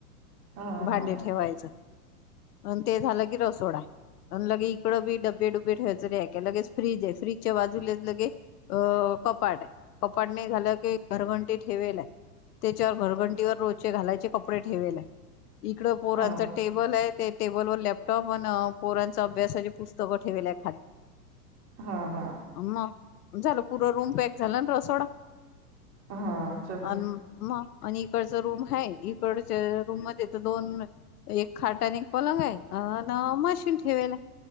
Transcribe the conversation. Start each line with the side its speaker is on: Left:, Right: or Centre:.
Right: हम्म
Left: भांडे
Right: हम्म
Left: ठेवायचं अ ते झालं की रसोडा आहे आणि लगे इकड बी डब्बे डुबे ठेवायच र आहेक लगेच फ्रीज आहे फ्रीजच्या बाजूलाच लगे अं कपाट आहे कपाट नाही झालं की घरघंटी ठेवेल आहे त्याच्यावर घरघंटीवर रोचे घालायचे कपडे ठेवेल आहे इकडं पोरांचं
Right: हम्म
Left: टे ते टेबल व लॅपटॉप व पोरांच अभ्यासाची पुस्तकं ठेलेल्या आहे खाली
Right: हा, हा,
Left: मग झालं पूर रूम पॅक झाला ना, सोडा.
Right: हम्म हम्म
Left: आन. आणि इकडचा रूम आहे, इकडच्या रूम मध्ये तर दोन एक- खाटा आणि एक पलंगा हाय, अन मशीन ठेवायला.